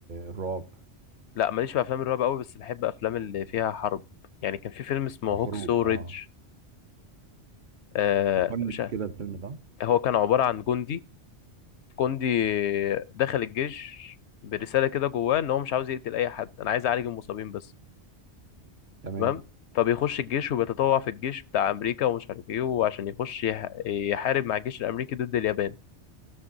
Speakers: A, on the right; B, on the left.
A: الرعب
B: لا ماليش في افلام الرعب قوي بس بحب افلام اللي فيها حرب يعني كان في فيلم اسمه
A: الحروب
B: هوكسو ريدج
A: اه
B: آه
A: فكرني
B: مش
A: بيه
B: عارف.
A: كده الفيلم ده
B: هو كان عباره عن جندي كوندي دخل الجيش برسالة كده جواه ان هو مش عاوز يقتل اي حد انا عايز اعالج المصابين بس
A: تمام
B: تمام فبيخش الجيش وبيتطوع في الجيش بتاع امريكا ومش عارف ايه وعشان يخش يح- يحارب مع الجيش الامريكي ضد اليابان